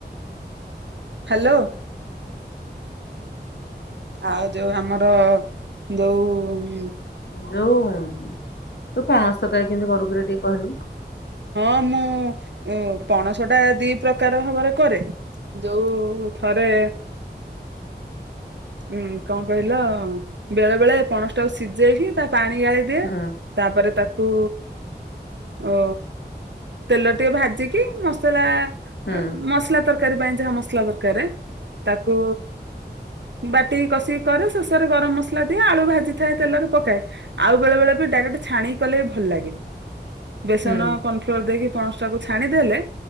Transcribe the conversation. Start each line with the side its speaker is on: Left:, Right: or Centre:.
Right: hello. ଆଉ ଯୋଉ ଆମର ଯୋଉ ଉଁ
Left: ଯୋଉଁ ତୁ ପଣସ ତକାରୀ କେମିତି କରୁକିରେ ଟିକେ କହିଲୁ?
Right: ହଁ ମୁଁ ଉଁ ପଣସଟା ଦି ପ୍ରକାର ଭାବରେ କରେ। ଯୋଉ ଥରେ ହୁଁ କଣ କହିଲ ବେଳେ ବେଳେ ପଣସଟାକୁ ସିଝେଇକି ତା ପାଣି ଗାଳି ଦିଏ
Left: ହୁଁ
Right: ତାପରେ ତାକୁ ଅ ତେଲରେ ଟିକେ ଭାଜିକି ମସଲା ଏଁ
Left: ହୁଁ
Right: ମସଲା ତରକାରୀ ପାଇଁ ଯାହା ମସଲା ଦର କରେ ତାକୁ ବାଟିକି କଷିକି କରେ ଶେଷରେ ଗରମ ମସଲା ଦିଏ ଆଳୁ ଭାଜିଥାଏ ତେଲରେ ପକାଏ ଆଉ ବେଳେ ବେଳେ ବି ଡାଇରେକ୍ଟ ଛାଣିକି କଲେ ବି ଭଲ ଲାଗେ ବେସନ
Left: ହୁଁ
Right: କନଫ୍ଲୋର ଦେଇକି ପଣସଟାକୁ ଛାଣି ଦେଲେ